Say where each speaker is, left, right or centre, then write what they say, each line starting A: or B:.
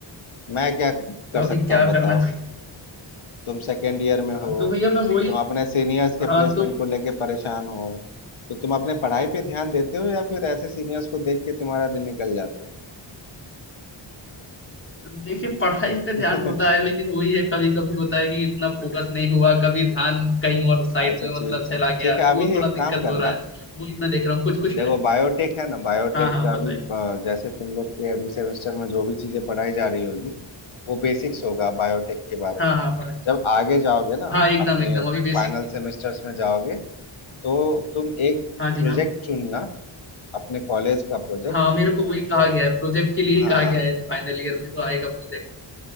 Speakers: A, on the left; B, on the left.
A: मैं क्या कर
B: तो अभी
A: सकता
B: क्या
A: हूँ बताओ
B: करना चाहिए
A: तुम सेकेंड ईयर में
B: हाँ,
A: हो
B: तो भैया मैं वही
A: तुम अपने सीनियर्स के
B: हाँ
A: प्लेसमेंट
B: तो
A: को लेके परेशान हो तो तुम अपने पढ़ाई पे ध्यान देते हो या फिर ऐसे सीनियर्स को देख के तुम्हारा दिन निकल जाता
B: देखिए पढ़ाई पे ध्यान
A: है
B: होता है लेकिन वही है कभी कभी होता है कि इतना फोकस नहीं हुआ कभी ध्यान कहीं
A: <laughs>
B: और साइड
A: अच्छा
B: में
A: ठीक
B: मतलब चला गया
A: ठीक है अभी
B: वो थोड़ा
A: एक
B: दिक्कत
A: काम करना
B: हो रहा है वही मैं देख रहा हूँ कुछ कुछ
A: देखो
B: तरह
A: बायोटेक है ना बायोटेक
B: हाँ हाँ
A: का
B: बताइए
A: अभी अ, जैसे तुम लोग के अभी सेमेस्टर में जो भी चीजें पढ़ाई जा रही होगी वो बेसिक्स होगा बायोटेक के बारे
B: हाँ
A: में
B: हाँ पढ़ाई
A: जब आगे जाओगे ना
B: हाँ एकदम
A: अपने
B: एकदम अभी बेसिक
A: फाइनल
B: सीख
A: सेमेस्टर्स
B: रहा है
A: में जाओगे तो तुम एक
B: हाँ जी
A: प्रोजेक्ट
B: हाँ
A: चुनना अपने कॉलेज का प्रोजेक्ट
B: हाँ मेरे को वही कहा
A: जो
B: गया है प्रोजेक्ट के लिए ही
A: हाँ
B: कहा गया है फाइनल ईयर में तो आएगा प्रोजेक्ट